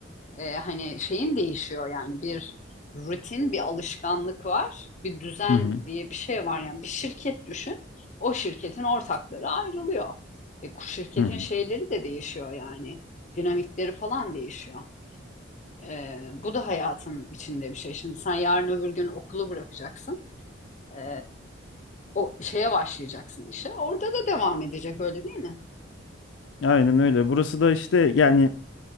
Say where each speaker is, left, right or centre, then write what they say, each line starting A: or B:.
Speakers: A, on the left; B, on the left.
A: e, hani şeyin değişiyor yani bir rutin, bir alışkanlık var, bir düzen
B: hı hı,
A: diye bir şey var yani bir şirket düşün, o şirketin ortakları ayrılıyor. E, şirketin
B: hı hı.
A: şeyleri de değişiyor yani dinamikleri falan değişiyor. E, bu da hayatın içinde bir şey. Şimdi sen yarın öbür gün okulu bırakacaksın, e, o şeye başlayacaksın işe, orada da devam edecek öyle değil mi?
B: Aynen öyle. Burası da işte yani